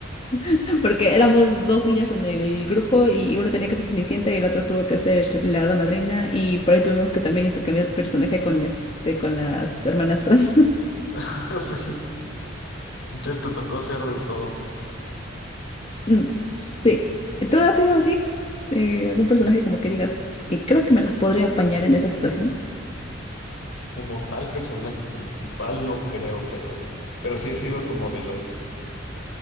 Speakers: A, on the left (about 30°); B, on the left (about 70°).
A: <laughs> porque éramos dos niñas en el grupo y una tenía que ser Cenicienta y la otra tuvo que ser la hada madrina y por ahí tuvimos que también intercambiar personaje con este, con las hermanastras. <laughs>
B: <laughs> sí. Entonces te tocó ser del todo.
A: Mm. Sí, ¿tú has sido así? Eh, ¿algún personaje como que digas, eh, creo que me las podré apañar en esa situación?
B: Como tal personaje principal, no creo, pero, pero sí he sido como de los,